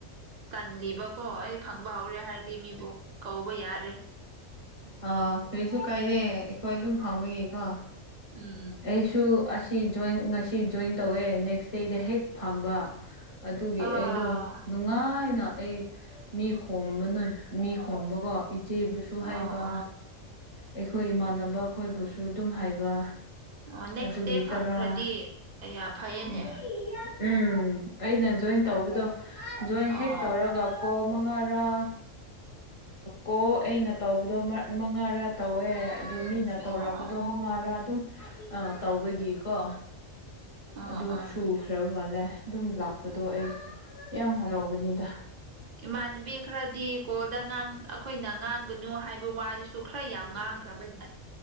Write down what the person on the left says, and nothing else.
ꯑꯥ ꯀꯔꯤꯁꯨ ꯀꯥꯏꯗꯦ ꯑꯩꯈꯣꯏ ꯑꯗꯨꯝ ꯐꯪꯕꯅꯤꯀꯣ
ꯑꯩꯁꯨ ꯁꯤ ꯖꯣꯏꯟ ꯉꯁꯤ ꯖꯣꯏꯟ ꯇꯧꯋꯦ ꯅꯦꯛꯁ ꯗꯦꯗ ꯍꯦꯛ ꯐꯪꯕ ꯑꯗꯨꯒꯤ
ꯑꯩꯗꯣ ꯅꯨꯡꯉꯥꯏꯅ ꯑꯩ ꯃꯤ ꯈꯣꯝꯕ ꯅꯣꯏ ꯃꯤ ꯈꯣꯝꯕꯀꯣ ꯏꯆꯦꯕꯨꯁꯨ ꯍꯥꯏꯕ
ꯑꯩꯈꯣꯏ ꯏꯃꯥꯟꯅꯕ ꯑꯩꯈꯣꯏꯕꯨꯁꯨ ꯑꯗꯨꯝ ꯍꯥꯏꯕ
ꯑꯗꯨꯒꯤ
ꯇꯔꯥ
ꯎꯝ ꯎꯝ ꯑꯩꯅ ꯖꯣꯏꯟ ꯇꯧꯕꯗꯣ ꯖꯣꯏꯟ
ꯍꯦꯛ ꯇꯧꯔꯒ ꯀꯣꯛ ꯃꯉꯥꯔꯥ ꯀꯣ ꯑꯩꯅ ꯇꯧꯕꯗꯣ ꯃꯉꯥꯔꯥ ꯇꯧꯋꯦ ꯑꯗꯨ ꯃꯤꯅ
ꯇꯧꯔꯛꯄꯗꯣ
ꯃꯉꯥꯔꯥ ꯑꯗꯨꯝ ꯇꯧꯕꯒꯤꯀꯣ
ꯑꯗꯨ
ꯁꯨꯈ꯭ꯔꯕ ꯃꯥꯜꯂꯦ ꯑꯗꯨꯝ ꯂꯥꯛꯄꯗꯣ ꯑꯩ ꯌꯥꯝ ꯍꯔꯥꯎꯕꯅꯤꯗ